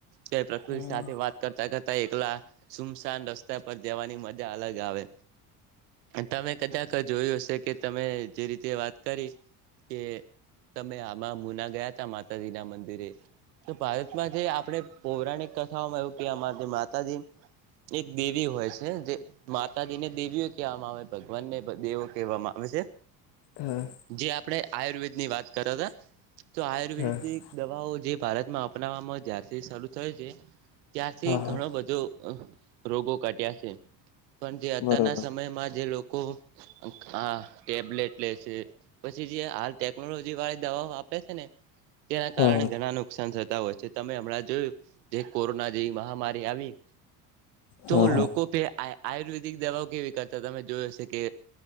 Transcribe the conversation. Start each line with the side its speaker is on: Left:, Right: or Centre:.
Right: કે પ્રકૃતિ
Left: હમ
Right: સાથે વાત કરતા કર તા એકલા સુમસાન રસ્તા પર જવાની મજા અલગ આવે તમે કદાક જોયું હશે કે તમે જે રીતે વાત કરી કે તમે મા મુના ગયા તા માતાજી ના મંદિરે તો ભારતમાં જે આપણે પૌરાણિક કથાઓમાં એવું કે અમા માતાજી એક દેવી હોય છે, જે માતાજીને દેવીઓ કહેવામાં આવે ભગવાનને દેવો કહેવામાં આ વે છે,
Left: હા હા
Right: જે આપણેે આયુર્વેદની વાત કરતા તો આયુર્વેદિક
Left: હા
Right: દવાઓ જે ભારતમાં અપનાવવામાં જ્યારથી સરુ થયુ છે, ત્યાંથી
Left: હા
Right: ઘણો બધો રોગો ઘટ્યા છે. પણ જે અત્યારના
Left: બરોબર.
Right: સમયમાં જે લોકો આ ટેબલેટ લે છે. પછી જે હાલ ટેકનોલોજી વાળી દવાઓ આપે છે, ને તેના કારણે
Left: હા હા
Right: ઘણા નુકસાન થતા હોય છે, તમે હમણાં જોયું જે કોરોના જેવી મહામા રી આવી તો
Left: હા
Right: લોકો પે આ આય આયુર્વેદિક દવાઓ કેવી કરતા તમે જોયુ હશે કે